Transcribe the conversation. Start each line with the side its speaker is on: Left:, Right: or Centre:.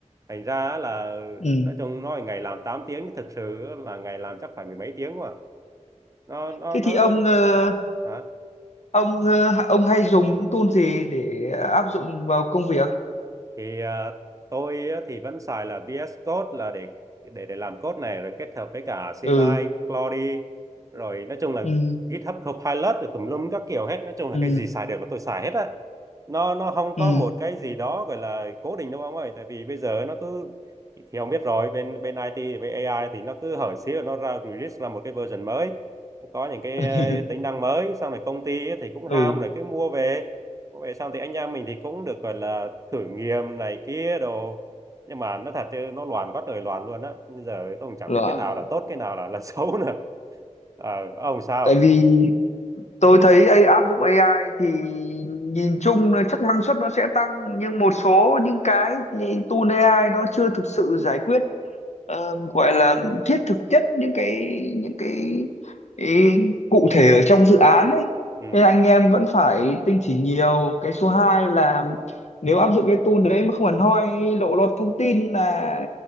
Right: thành ra á là
Left: ừ
Right: nói chung nói ngày làm 8 tiếng nhưng thực sự á là ngày làm chắc phải mười mấy tiếng mà nó nó
Left: thế
Right: nó
Left: thì ông
Right: cứ
Left: ờ,
Right: hả
Left: ông ờ, ông hay dùng những tool gì để áp dụng vào công việc
Right: thì à, tôi á, thì vẫn xài là VS Code là để để để làm code này rồi kết hợp với cả CLI,
Left: ừ
Right: Claude rồi nói chung là
Left: ừ
Right: GitHub Copilot rồi tùm lum các kiểu hết nói chung là
Left: ừ
Right: cái gì xài được là tôi xài hết á nó nó không
Left: ừ
Right: có một cái gì đó gọi là cố định đâu ông ơi tại vì bây giờ nó cứ thì ông biết rồi bên bên IT với AI thì nó cứ hở xíu là nó ra release ra một cái version mới nó có những cái
Left: <laughs>
Right: ờ, tính năng mới xong rồi công ty ấy thì cũng
Left: ừ
Right: ham rồi cứ mua về cũng vậy xong thì anh em mình thì cũng được gọi là thử nghiệm này kia đồ nhưng mà nó thật chứ nó loạn quá trời loạn luôn á bây giờ tôi cũng chẳng
Left: loạn
Right: biết cái nào là tốt cái nào là là <laughs> xấu nữa Ờ, ông sao
Left: tại vì tôi thấy AI, áp dụng AI thì nhìn chung là chắc năng suất nó sẽ tăng nhưng một số những cái như tool AI nó chưa thực sự giải quyết ờ, gọi là thiết thực chất những cái những cái, cái cụ thể ở trong dự án ấy
Right: ừ
Left: nên anh em vẫn phải tinh chỉnh nhiều cái số 2 là nếu áp dụng cái tool đấy mà không hẳn hoi lộ lọt thông tin là